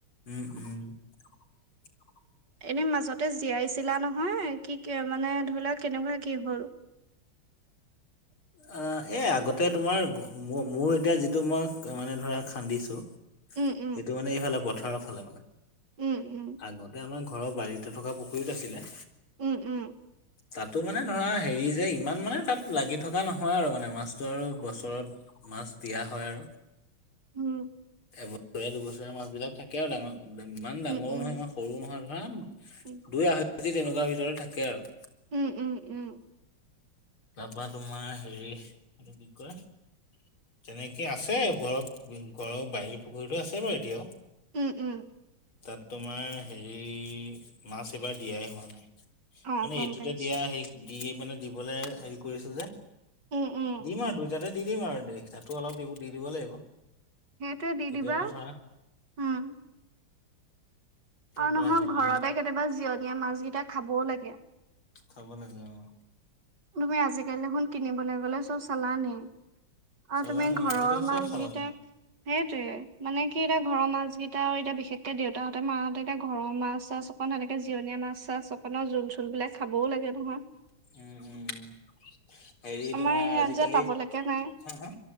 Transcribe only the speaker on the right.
এনে মাজতে জীয়াইছিলা নহয়, কি, কি মানে ধৰি লোৱা কেনেকুৱা কি হ'ল?
উম উম
উম
উম উম
উম
উম উম
উম
উম, উম, উম
উম উম
অ
গম
পাইছো
উম উম
সেইটোৱে দি
দিবা।
উম
আৰু
নহয়
ঘৰতে কেতিয়াবা জিয়ণীয়া মাছ কেইটা খাবও লাগে।
কোনোবাই আজিকালি দেখোন কিনিবলৈ গলে চব চালানী। আৰু
তুমি ঘৰৰ
মাছ
কিটা, সেইটোৱে মানে কি এতিয়া ঘৰৰ মাছ কি- টাও আৰু এতিয়া বিশেষকে দেউতাহঁ, মাহঁতে এতিয়া ঘৰৰ মাছ-চাছ অকণ হেনেকে জিয়নীয়া মাছ-চাছ অকণৰ জোল-চোল বিলাক খাবও লাগে নহয়।
আমাৰ
ইয়াত
যে পাবলৈকে নাই